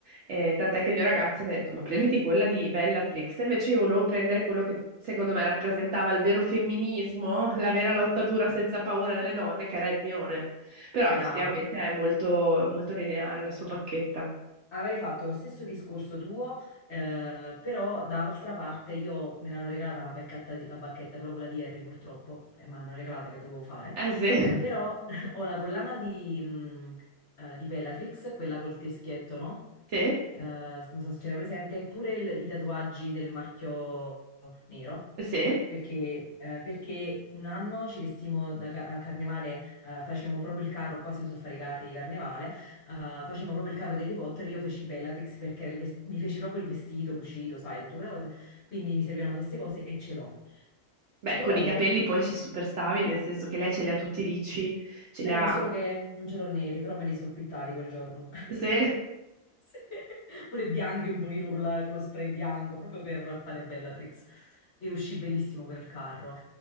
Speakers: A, on the right (about 65°); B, on the left (about 50°).
A: Eh, tant'è che il mio ragazzo mi ha detto: Ma prenditi quella di Bellatrix. E invece io volevo prendere quello che secondo me rappresentava il vero femminismo, la vera lotta dura senza paura delle donne, che era Hermione. Però
B: Brava,
A: effettivamente è molto, molto lineare la sua bacchetta.
B: avrei fatto lo stesso discorso tuo, eh, però d'altra parte io me l'hanno regalata una bacchetta, di- la bacchetta, però quella di Harry purtroppo, e me l'hanno regalata che dovevo fare,
A: Eh sì,
B: Eh, però <laughs> ho la collana di, mh, eh, di Bellatrix, quella col teschietto, no?
A: <laughs> sì,
B: Eh, non so se ce l'hai presente, pure il- i tatuaggi del marchio nero,
A: sì.
B: perché, eh, perché un anno ci vestimmo da ca- a carnevale, eh, facemmo proprio il carro, qua si usa a fare i carri di carnevale, eh, facemmo proprio il carro di Harry Potter, io feci Bellatrix perché era il ves- mi feci proprio il vestito cucito, sai, tutte quelle cose, quindi mi servivano queste cose e ce l'ho.
A: Beh,
B: Però,
A: con i capelli poi ci superstavi, nel senso che lei ce li ha tutti ricci, ce li
B: è
A: ha.
B: solo che non ce l'ho neri, però me li sono pittati quel giorno. <laughs>
A: Sì.
B: Sì. <laughs> Pure bianchi un pochino con, la- con lo spray bianco, proprio per fare Bellatrix. E uscì bellissimo quel carro.